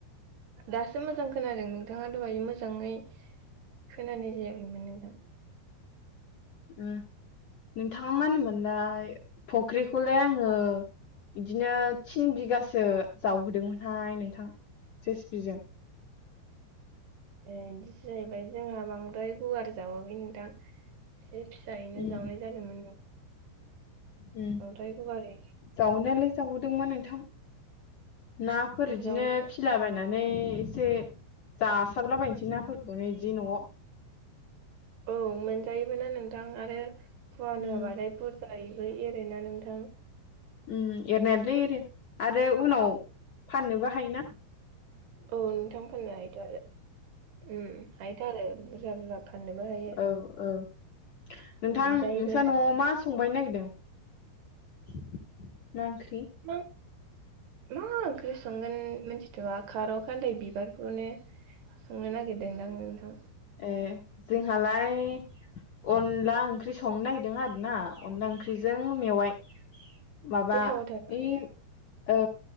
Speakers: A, on the right; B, on the left.
A: दासो मोजां खोनादों नोंथाङा दहाय मोजाङै खोनानाय जायाखैमोन नोंथां।
B: उम नोंथाङा मा होनोमोनलाय फख्रिखौलाय आङो बिदिनो थिन बिगासो जावहोदोंमोनहाय नोंथां जेसि पिजों।
A: ए इदिसो जाहैबाय जोंहा बांद्राय गुवार जावाखै नोथां। एसे फिसायैनो
B: उम
A: जावनाय जादोंमोन नों
B: उम
A: बांद्राय गुवारै
B: जावनायालाय जावहोदोंमोन नों थां नाफोर इदिनो
A: जावनो
B: फिसिलाबायना नै एसे जासाबलाबायनोसै नाफोरखौनो इदि न'आव।
A: औ मोनजायोबो ना नोंथां आरो फुवान
B: उम
A: होबाथाय <unintelligible> जायैबाय एरो ना नोंथां।
B: उम एरनायालै एरो आरो उनाव फाननोबो हायो ना।
A: औ नोंथां फाननो हायोथ' आरो उम हायोथ' आरो बुरजा बुरजा फाननोबो हायो
B: औ औ। नोंथां
A: मोनजायोबो
B: नोंसा
A: ना
B: न'आव मा संबायनो नागिदों? <inaudible> मा ओंख्रि?
A: मा मा ओंख्रि संगोन मिनथिथ'आ खार' खान्दाय बिबारखौनो संनो नागिरदों दां नोंथां।
B: ए जोंहालाय अनला ओंख्रि संनो नागिदों आरो ना। अनला ओंख्रिजों मेवाइ। माबा
A: गोथावथार
B: ओइ औ